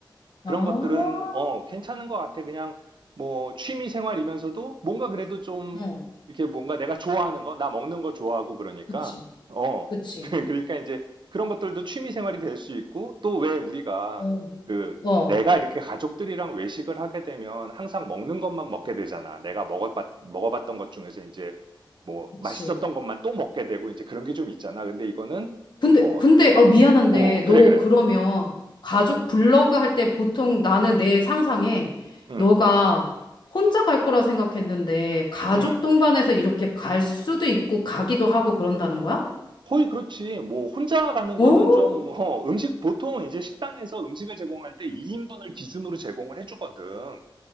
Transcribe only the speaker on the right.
그런
것들은 어, 괜찮은 것 같아. 그냥 뭐 취미 생활이면서도 뭔가 그래도 좀
이렇게 뭔가 내가 좋아하는 거, 나 먹는 거 좋아하고 그러니까
어,
<laughs> 그러니까 이제 그런 것들도 취미 생활이 될 수 있고 또 왜 우리가
그
내가 이렇게 가족들이랑 외식을 하게 되면 항상 먹는 것만 먹게
되잖아. 내가 먹어봤, 먹어봤던 것 중에서 이제 뭐 맛있었던
것만 또 먹게 되고 이제 그런 게 좀 있잖아. 근데 이거는
어,
어,
그래, 그래.
응,
응.
거의 그렇지. 뭐, 혼자 가는
거는 좀, 어, 음식, 보통 이제 식당에서 음식을 제공할 때 2인분을 기준으로 제공을 해주거든.